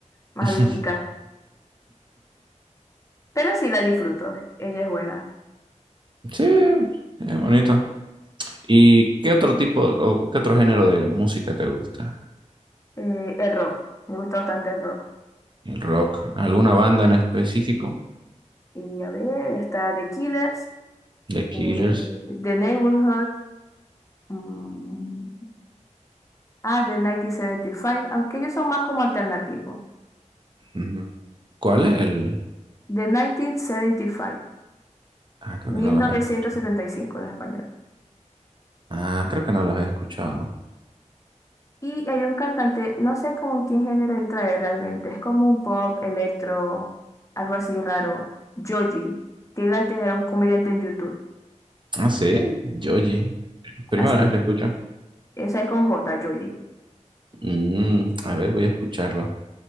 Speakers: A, on the left; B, on the right.
A: más
B: <laughs>
A: adultica. Pero sí la disfruto, ella es buena.
B: Sí, Es bonito. ¿Y qué otro tipo o qué otro género de música te gusta?
A: Eh, el rock, me gusta bastante el rock.
B: El rock. ¿Alguna banda en específico?
A: Y a ver, está The Killers,
B: The Killers.
A: eh, The Neighborhood, mm, ah, The 1975, aunque ellos son más como alternativos.
B: Ujú. ¿Cuál es el?
A: The mil novecientos setenta y cinco
B: Ah, creo
A: mil
B: que no los
A: novecientos
B: he escuchado.
A: setenta y cinco en español.
B: Ah, creo que no los he escuchado.
A: Y hay un cantante, no sé cómo en qué género entra él realmente, es como un pop, electro, algo así raro. Joji, que él antes era un comediante en YouTube.
B: Ah, sí, Joji. Primera
A: Así,
B: vez que escucho.
A: esa es con J, Joji.
B: Mm, a ver, voy a escucharlo.